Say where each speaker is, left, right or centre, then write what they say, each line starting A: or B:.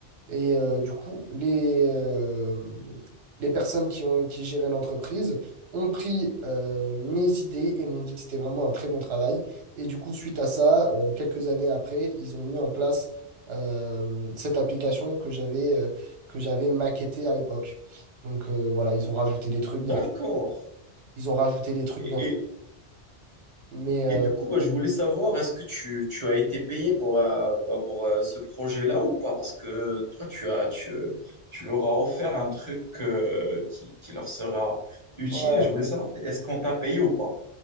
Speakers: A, on the right (about 65°); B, on the right (about 30°).
A: Et euh, du coup, les, euh, les personnes qui ont, qui géraient l'entreprise ont pris euh, mes idées et m'ont dit que c'était vraiment un très bon travail. Et du coup, suite à ça, euh, quelques années après, ils ont mis en place euh, cette application que j'avais euh, que j'avais maquettée à l'époque. Donc euh, voilà, ils ont rajouté des trucs, bien
B: D'accord.
A: sûr. Ils ont rajouté des trucs,
B: Et,
A: bien
B: et,
A: mais euh,
B: et du coup, bah, je voulais savoir, est-ce que tu, tu as été payé pour, euh, bah, pour euh, ce projet-là ou pas? Parce que toi, tu as, tu, euh, tu leur as offert un truc euh, qui, qui leur sera utile.
A: ouais,
B: Et je voulais savoir, est-ce qu'on t'a payé ou pas?